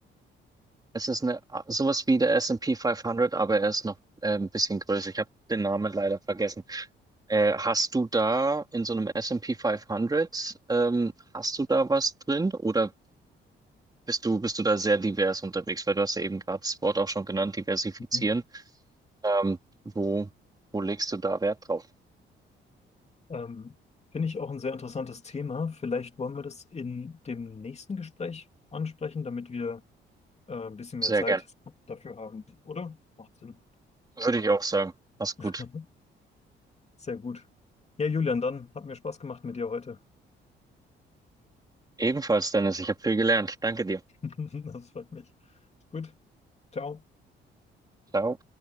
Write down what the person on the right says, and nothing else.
es ist eine, sowas wie der S&P 500, aber er ist noch äh, ein bisschen größer. Ich habe den Namen leider vergessen. Äh, hast du da in so einem S&P 500, ähm, hast du da was drin oder bist du, bist du da sehr divers unterwegs? Weil du hast ja eben gerade das Wort auch schon genannt, diversifizieren.
Ähm, wo, wo legst du da Wert drauf?
Sehr
gern.
Würde ich auch sagen. Mach's
gut.
Ebenfalls, Dennis, ich habe viel gelernt. Danke dir.
Ciao.